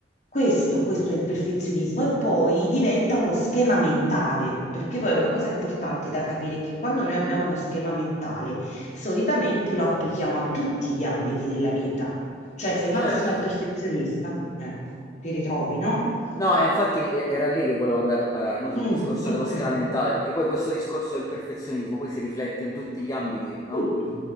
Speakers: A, on the left; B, on the left.
A: questo, questo è il perfezionismo e poi diventa uno schema mentale, perché poi è una cosa importante da capire è che quando noi abbiamo uno schema mentale, solitamente lo applichiamo a tutti gli ambiti della vita. Cioè, se una
B: certo.
A: persona è perfezionista, ecco, ti ritrovi, no?
B: No, e infatti e- era lì che volevo andare a parare, no? Sul
A: Mm,
B: discorso
A: ok,
B: dello schema mentale, perché poi questo discorso del perfezionismo poi si riflette in tutti gli ambiti, no?
A: tutti,